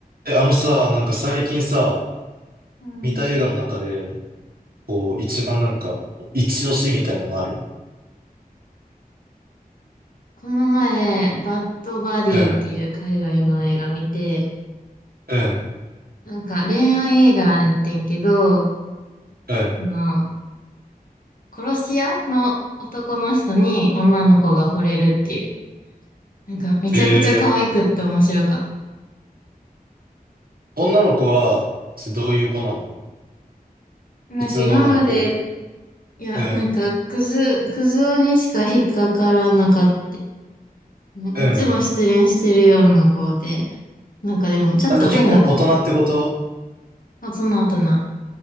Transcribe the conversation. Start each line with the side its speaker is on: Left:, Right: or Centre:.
Right: え、あのさ、なんか最近さ、
Left: うん。
Right: 見た映画の中で、こう、一番なんか、一押しみたいなのある
Left: この前、バッドバディっていう海外の映画見て、
Right: うん、うん、
Left: なんか恋愛映画やってんけど、
Right: うん。
Left: あの、殺し屋の男の人に女の子が惚れるっていう。なんかめちゃくちゃ可愛くって面白かっ
Right: ええ女の子は、ちどういう子なの
Left: た。なんか今まで、
Right: 普通の女の子
Left: いや、
Right: うん、
Left: なんかクズ、クズ男にしか引っかからなかった。
Right: うん。
Left: いつも失恋してるような子で、なんかでもちょっと変な子。
Right: あ、じゃあ結構大人ってこと
Left: 大人大人。